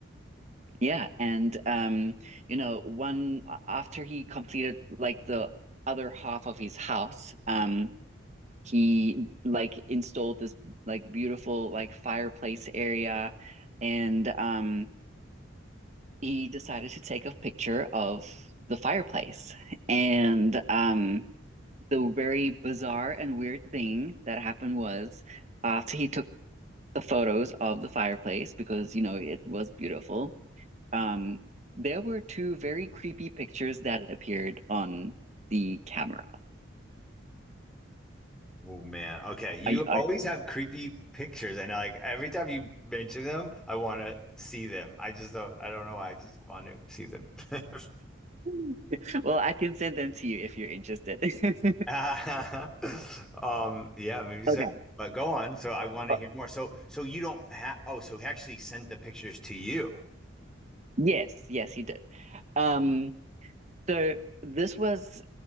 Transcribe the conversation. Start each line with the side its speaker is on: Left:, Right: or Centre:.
Right: yeah, and um, you know, one after he completed like the other half of his house, um, he like installed this like beautiful like fireplace area, and um, he decided to take a picture of the fireplace. And um, the very bizarre and weird thing that happened was after he took the photos of the fireplace because, you know, it was beautiful. Um, there were two very creepy pictures that appeared on the camera.
Centre: Oh man. Okay. You
Right: I, I,
Centre: always have creepy pictures, and like every time you mention them, I want to see them. I just don't. I don't know why. I just want to see them. <laughs>
Right: <laughs> well, I can send them to you if you're interested. <laughs>
Centre: <laughs> Um, yeah, maybe so.
Right: Okay.
Centre: But go on. So I want to
Right: Uh,
Centre: hear more. So so you don't have oh, so he actually sent the pictures to you.
Right: Yes, yes, he did. Um, So this was